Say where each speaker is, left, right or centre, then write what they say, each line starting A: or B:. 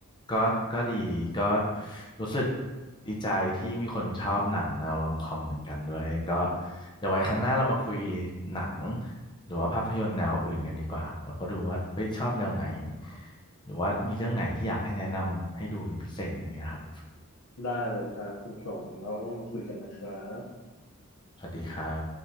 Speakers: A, on the left; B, on the left.
A: ก็ก็ดีก็รู้สึก
B: อืม
A: ดีใจที่มีคนชอบหนังแนวรอมคอมเหมือนกันด้วยก็เดี๋ยวไว้ครั้งหน้าเรามาคุยหนังหรือว่าภาพยนตร์แนวอื่นกันดีกว่าเราก็ดูว่าเฮ้ยชอบแนวไหนหรือว่ามีเรื่องไหนที่อยากให้แนะนำให้ดูเป็นพิเศษอะไรเงี้ยครับ
B: ได้เลยครับคุณชงเราเรามาคุยกันนะครับ
A: สวัสดีครับ